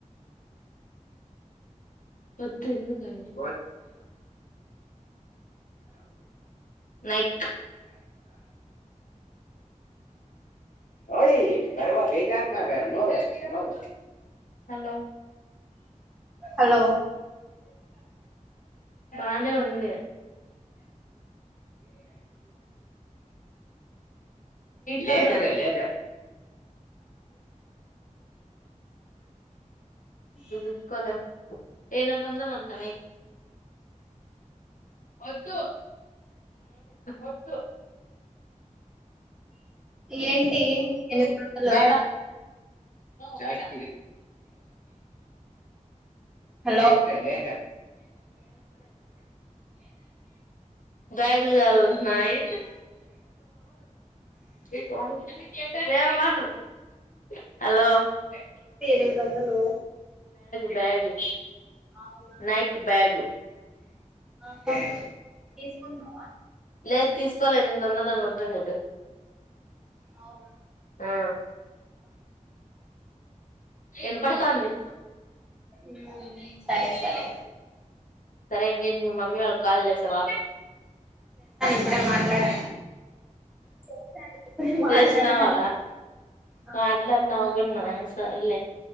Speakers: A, on the left; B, in the centre.
A: వద్దు ఎందుకవన్నీ నైక్ ఆవలి సర్వ బేజార్ మార నోగ నోగో హలో!
B: హలో!
A: బానే ఉంది. లేదర్యే లేదర్ అసలే ఎయినది వందల్ ఉన్నవే వద్దు వద్దు
B: ఏంటి ఎనిమిది వందలు
A: బేడ జగా
B: హలో
A: లేదరే బ్యాగుల కావాలంటున్నయి హలో
B: ఐదు వందలు
A: బ్యాగు
B: అవునా
A: నైక్ బ్యాగ్
B: ఆహా తీసుకుంటున్నావా
A: లేద్ తీస్కోలె ఎనిమిది వందల్ అన్ వద్దన్ చెప్పేస్
B: అవునా
A: ఆ ఇన్పడ్తాంది.
B: ఉమ్ సరే సరే
A: సరే ఇంకేట్ మీ మమ్మీ వాళ్ళక్ కాల్ చేసావా
B: అప్పుడే మాట్లాడా చేశాను ఇప్పుడే మాట్లాడా
A: చేసినవా?
B: ఆ
A: మాట్లాడ్ నవ్వుకున్నా సర్లే